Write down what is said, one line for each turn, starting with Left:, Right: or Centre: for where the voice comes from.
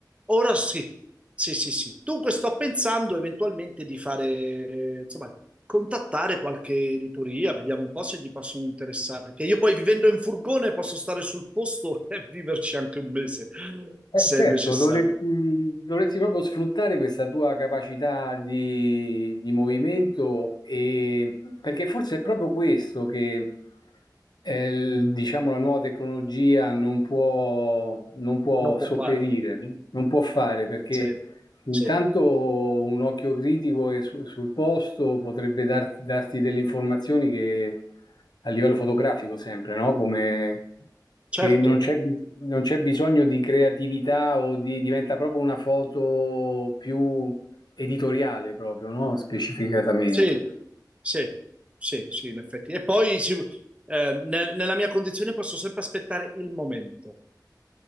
Right: Ora sì, sì, sì, sì. Dunque sto pensando eventualmente di fare, eh, insomma, contattare qualche editoria, vediamo un po' se gli possono interessare, che io poi vivendo in furgone posso stare sul posto <laughs> e viverci anche un mese,
Left: Eh,
Right: se
Left: certo,
Right: è necessario.
Left: dovresti, dovresti proprio sfruttare questa tua capacità di, di movimento e, perché forse è proprio questo che eh, il- diciamo, la nuova tecnologia non può, non può
Right: Non può
Left: sopperire,
Right: fare.
Left: non può fare perché
Right: Sì,
Left: intanto
Right: sì,
Left: un occhio critico e su- sul posto potrebbe dar- darti delle informazioni che a livello fotografico sempre, no? Come che
Right: certo,
Left: non c'è bi- non c'è bisogno di creatività o di diventa proprio una foto più editoriale proprio, no? Specificatamente.
Right: sì, sì, sì, sì, in effetti. E poi sì, eh, nel- nella mia condizione posso sempre aspettare il momento.